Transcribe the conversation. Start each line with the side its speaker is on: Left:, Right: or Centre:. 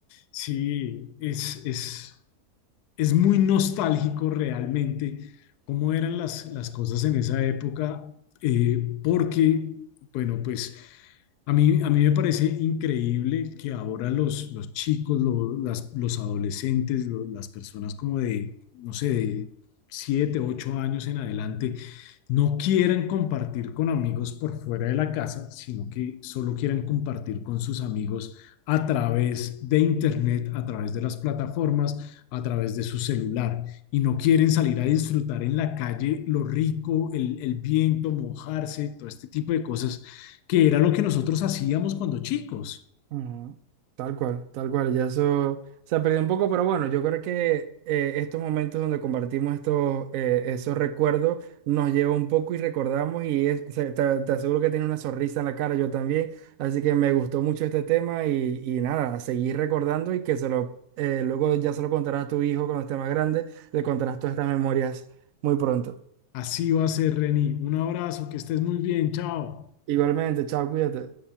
Left: Sí, es, es, es muy nostálgico realmente cómo eran las, las cosas en esa época, eh, porque, bueno, pues a mí, a mí me parece increíble que ahora los, los chicos, lo- las- los adolescentes, lo- las personas como de, no sé, de 7 8 años en adelante, no quieran compartir con amigos por fuera de la casa, sino que solo quieran compartir con sus amigos a través de Internet, a través de las plataformas a través de su celular y no quieren salir a disfrutar en la calle lo rico, el, el viento, mojarse, todo este tipo de cosas, que era lo que nosotros hacíamos cuando chicos.
Right: Ujú, Tal cual, tal cual, ya eso se ha perdido un poco, pero bueno, yo creo que eh, estos momentos donde compartimos estos, eh, esos recuerdos nos lleva un poco y recordamos y es- se- te, te aseguro que tiene una sonrisa en la cara, yo también, así que me gustó mucho este tema y, y nada, a seguir recordando y que se lo, eh, luego ya se lo contarás a tu hijo cuando esté más grande, le contarás todas estas memorias muy pronto.
Left: Así va a ser, Reni. Un abrazo, que estés muy bien, chao.
Right: Igualmente, chao, cuídate.